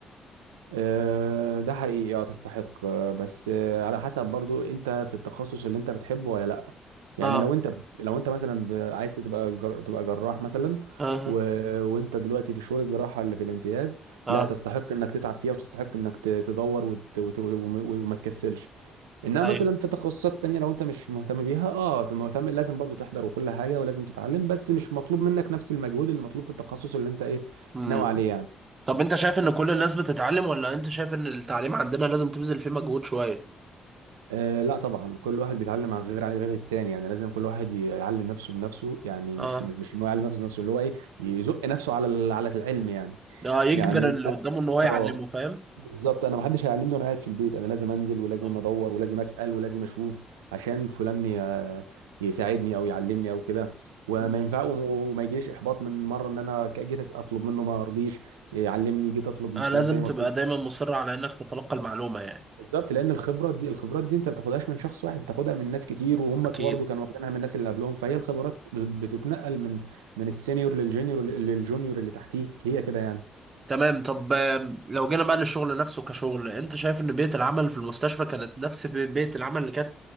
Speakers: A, on the right; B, on the right.
A: آه، ده حقيقي اه تستحق آه، بس آه، على حسب برضو انت في التخصص اللي انت بتحبه ولا لا يعني
B: اه
A: لو انت لو انت مثلا ب- عايز تبقى جر... تبقى جراح مثلا
B: اه
A: و... وانت دلوقتي في شهور الجراحة اللي في الامتياز
B: اه
A: لا تستحق انك تتعب فيها وتستحق انك ت- تدور وت... وت... وم- وما تكسلش انما
B: ايوه
A: مثلا في تخصصات تانية لو انت مش مهتم بيها اه تبقى مهتم لازم برضو تحضر وكل حاجة ولازم تتعلم بس مش مطلوب منك نفس المجهود اللي مطلوب في التخصص اللي انت ايه
B: مم.
A: ناوي عليه يعني
B: طب انت شايف ان كل الناس بتتعلم ولا انت شايف ان التعليم عندنا لازم تبذل فيه مجهود شوية؟
A: أه لا طبعا كل واحد بيتعلم عن غير عن غير التاني يعني لازم كل واحد يعلم نفسه بنفسه يعني
B: اه
A: مش مش مش ان هو يعلم نفسه بنفسه اللي هو ايه يزق نفسه على ال- على العلم يعني
B: اه يجبر
A: يعني
B: اللي قدامه ان هو يعلمه
A: اه
B: فاهم؟
A: بالظبط انا ما حدش هيعلمني وانا قاعد في البيت انا لازم انزل ولازم
B: اه
A: ادور ولازم اسال ولازم اشوف عشان فلان ي- يساعدني او يعلمني او كده وما
B: مم.
A: ينفع وم- وما يجيش احباط من مره ان انا ك- جيت أس- اطلب منه ما رضيش يعلمني جيت اطلب من
B: آه،
A: فلان
B: لازم
A: تاني
B: تبقى
A: ما رضيش
B: دايما مصر على انك تتلقى المعلومة يعني
A: بالظبط لان الخبره دي الخبرات دي انت ما بتاخدهاش من شخص واحد بتاخدها من ناس كتير وهم
B: اكيد
A: ك- برضه كانوا واخدينها من الناس اللي قبلهم فهي الخبرات ب- بتتنقل من من السينيور للجونيور للجونيور اللي تحتيه هي كده يعني
B: تمام طب آم، لو جينا بقى للشغل نفسه كشغل انت شايف ان بيئة العمل في المستشفى كانت نفس بي- بيئة العمل اللي كانت